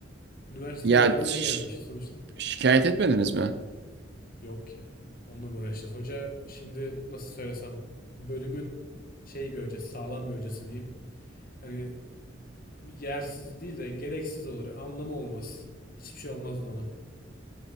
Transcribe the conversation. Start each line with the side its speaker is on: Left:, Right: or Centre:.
Left: Üniversiteyi
Right: Ya
Left: öğrenmeye
Right: şi-
Left: gelmişiz sonuçta.
Right: şikayet etmediniz mi
Left: Yok ya. Onunla mı uğraşacağız? Hoca şimdi nasıl söylesem bölümün şey bir hocası, sağlam bir hocası diyeyim. Hani yersiz değil de gereksiz olur. Anlamı olmaz. Hiçbir şey olmazdı ona.